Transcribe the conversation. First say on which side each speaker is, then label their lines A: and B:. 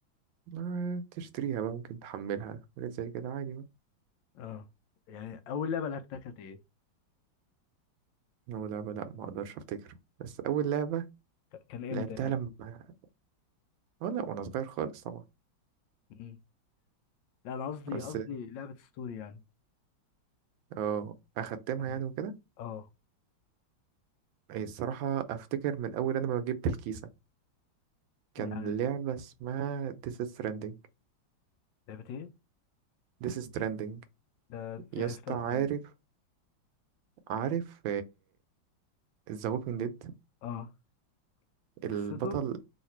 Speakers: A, on the right; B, on the left.
A: ما تشتريها بقى ممكن تحملها حاجات زي كده عادي بقى
B: اه يعني اول لعبة لعبتها كانت ايه
A: أول لعبة لأ ما أقدرش أفتكر بس أول لعبة
B: ك- كان امتى
A: لعبتها
B: يعني
A: لما أه لأ وأنا صغير خالص طبعا
B: امم لا انا قصدي
A: بس
B: قصدي لعبة ستوري يعني
A: أه أختمها
B: أنا-
A: يعني وكده
B: اه
A: إيه، الصراحة أفتكر من أول أنا ما جبت الكيسة كان
B: يعني
A: لعبة اسمها This is Stranding
B: لعبة ايه
A: This is Stranding
B: ده دي
A: يا
B: عرفتها
A: اسطى عارف
B: منين
A: عارف ذا ووكينج ديد
B: اه دي
A: البطل
B: قصته